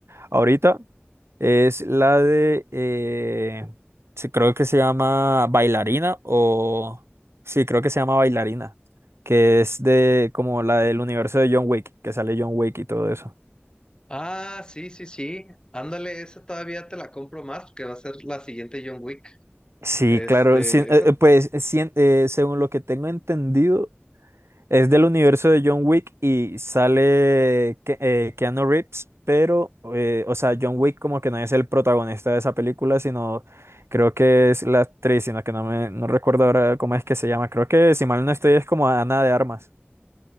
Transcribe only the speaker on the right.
ahorita es la de, eh, sí, creo que se llama Bailarina o, sí, creo que se llama Bailarina, que es de como la del universo de John Wick, que sale John Wick y todo eso.
Sí,
claro, sí,
eh, eh, pues sí, eh, según lo que tengo entendido. Es del universo de John Wick y sale Ke- eh, Keanu Reeves, pero, eh, o sea, John Wick como que no es el protagonista de esa película, sino creo que es la actriz, sino que no me no recuerdo ahora cómo es que se llama. Creo que si mal no estoy es como Ana de Armas.